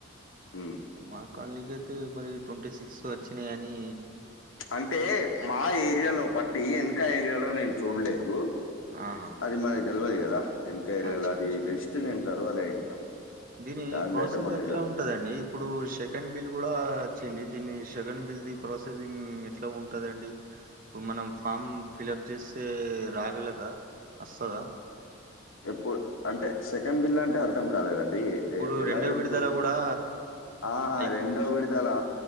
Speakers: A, on the left; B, on the right.
A: హ్మ్.
B: ఊ మా క్వోలనీకయితే మరి ట్వంటీ సిక్స్ వచ్చినాయ్ అనీ
A: అంటే మా ఏరియాలో పట్టి ఇంక ఏరియాలో నేను చూడలేదు
B: ఆహా
A: అది మనకి తెలవది గదా ఎన్కైర్గల్
B: అచ్చా అచ్చా
A: ది లిస్ట్ నేన్ చదవలే ఇంకా
B: దీని
A: దానిదైతే
B: ప్రోసెస్
A: మనకు
B: ఎట్లా
A: తెల్
B: ఉం ఉంటదండి ఇప్పుడు సెకండ్ బిల్ కూడా వచ్చింది దీన్ని సేకండ్ బిల్ ది ప్రాసెసింగ్ ఎట్లా ఉంటదండి ఇప్పుడు మనం ఫామ్ ఫిల్ ఆప్ చేస్తే రాగలదా వస్తదా
A: ఎప్పుడు అంటే సెకండ్ బిల్ అంటే అర్ధం కాలేదండి
B: ఇప్పుడు
A: ఎలా
B: రెండో
A: చెప్పాను
B: విడుదల కూడా
A: ఆ ఆ
B: అయిపో
A: రెండో విడదలా